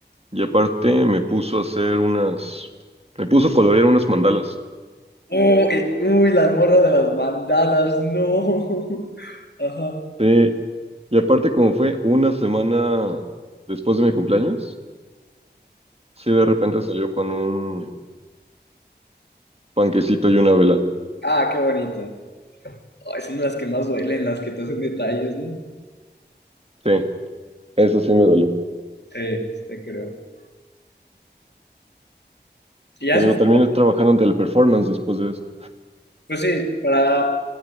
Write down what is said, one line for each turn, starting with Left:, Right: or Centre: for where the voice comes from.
Right: y aparte me puso a hacer unas, me puso a colorear unas mandalas.
Left: Uy, uy, las morras de las bandanas, no. <laughs> Ajá.
Right: Sí, y aparte como fue una semana después de mi cumpleaños, sí de repente salió con un panquecito y una vela.
Left: Ah, qué bonito. Ay, son las que más duelen, las que te hacen detalles, ¿no?
Right: Sí, eso sí me dolió.
Left: Sí, te creo. Y ya,
Right: Te
Left: eso,
Right: digo, terminé trabajando en teleperformance después de eso.
Left: pues sí, para